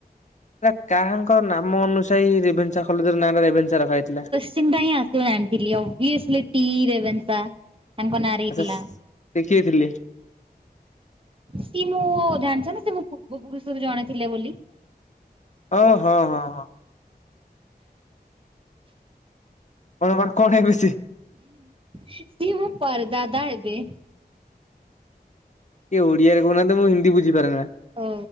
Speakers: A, on the left (about 45°); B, on the right (about 35°).
A: ସେଟା କାହାଙ୍କ ନାମ ଅନୁସାଇ ରେଭେନ୍ସା କଲେଜ୍ ନାଁ ଟା ରେଭେନ୍ସା ରଖାଯାଇଥିଲା।
B: ଚିନ୍ତା ହିଁ ଆସିବ ଜାଣ୍ ଆଣିଥିଲି, ଓଭିସୋଲି ଟି ରେଭେନ୍ସା। ତାଙ୍କ ନାଁ ରେ ହେଇଥିଲା।
A: ଆଚ୍ଛା ସେ କିଏ ଥିଲେ?
B: ସିଏ ମୁଁ ଜାଣିଛ ନା ସେ ମଁ ପୂର୍ବ ପୁରୁଷରୁ ଜଣେଇଥିଲେ ବୋଲି।
A: ଓ ହଁ -ହଁ -ହଁ ଆପଣଙ୍କ କଣ ହେଇକି ବେଶି।
B: ସିଏ ମୋ ପରଦାଦା ଏବେ।
A: କିଏ ଓଡିଆରେ କହୁନାହାନ୍ତି ମୁଁ ହୀନ୍ଦୀ ବୁଝିପାରେ ନା।
B: ହୁଁ